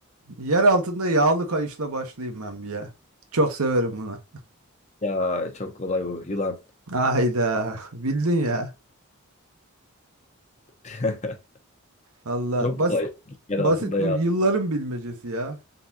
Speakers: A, on the right (about 80°); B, on the left (about 30°).
A: Yer altında yağlı kayışla başlayayım ben bir ya. Çok severim bunu.
B: Ya çok kolay bu yılan.
A: Hayda bildin ya.
B: <laughs>
A: Vallahi
B: Çok
A: bas
B: kolay. Yer
A: basit
B: altında
A: bu
B: ya.
A: yılların bilmecesi ya.